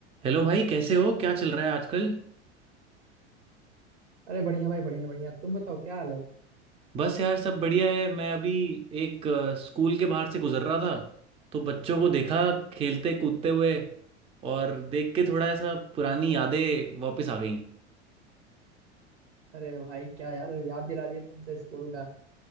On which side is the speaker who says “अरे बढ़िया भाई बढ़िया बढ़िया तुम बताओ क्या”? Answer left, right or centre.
Right